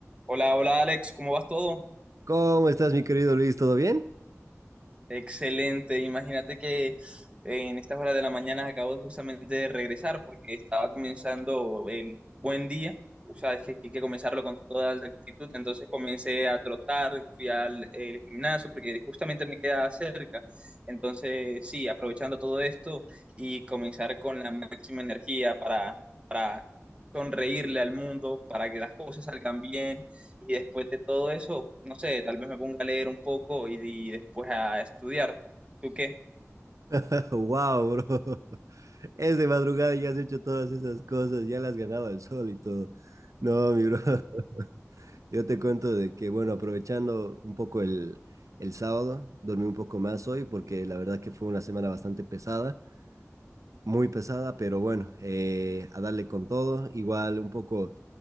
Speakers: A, on the right (about 20°); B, on the right (about 80°).
A: Hola, hola Alex, ¿cómo vas todo?
B: ¿Cómo estás, mi querido Luis? ¿Todo bien?
A: Excelente, imagínate que eh, en estas horas de la mañana acabo justamente de regresar porque estaba comenzando el buen día, o sea, es que hay que comenzarlo con toda la actitud, entonces comencé a trotar, fui al el gimnasio porque justamente me queda cerca, entonces sí, aprovechando todo esto y comenzar con la máxima energía para, para sonreírle al mundo, para que las cosas salgan bien y después de todo eso, no sé, tal vez me ponga a leer un poco y, y después a estudiar. ¿Tú qué?
B: <laughs> Wow, bro. Es de madrugada y ya has hecho todas esas cosas, ya las has ganado al sol y todo. No, mi bro. <laughs> Yo te cuento de que, bueno, aprovechando un poco el, el sábado, dormí un poco más hoy porque la verdad que fue una semana bastante pesada. muy pesada, pero bueno, eh, a darle con todo, igual un poco,